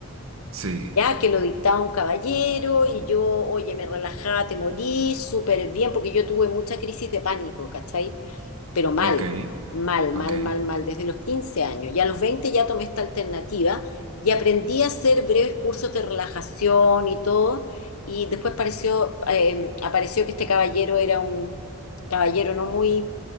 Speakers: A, on the right (about 70°); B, on the left (about 80°).
A: sí,
B: ya que lo dictaba un caballero y yo, oye, me relajaba, te morí, súper bien, porque yo tuve mucha crisis de pánico, ¿cachai? Pero mal,
A: ok,
B: mal,
A: ok.
B: mal, mal, mal, desde los 15 años. Y a los 20 ya tomé esta alternativa y aprendí a hacer breves cursos de relajación y todo. Y después pareció, eh, apareció que este caballero era un caballero no muy,